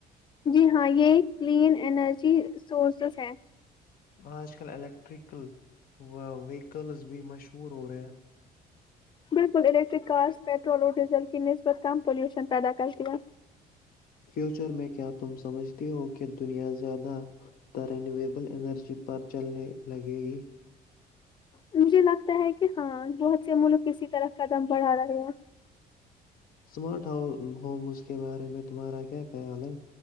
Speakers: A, on the left (about 30°); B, on the left (about 60°).
A: جی ہاں یہ کلین ارجی سورسز ہے
B: آج کل الیکٹریکل ویکلز بھی مشہور ہو رہے
A: بالکل الیکٹرک کارس پیٹرول اور ڈیزل کی نسبت کم پالوشن پیدا کرتی ہے
B: فیوچر میں کیا تم سمجھتی ہو کہ دنیا زیادہ ت رینیویبل انرجی پر چلنے لگے گی
A: مجھے لگتا ہے کہ ہاں بہت سے ملک اسی طرح کا دم بڑھا رہے ہیں
B: اسمارٹ ہوم اس کے بارے میں تمہارا کیا خیال ہے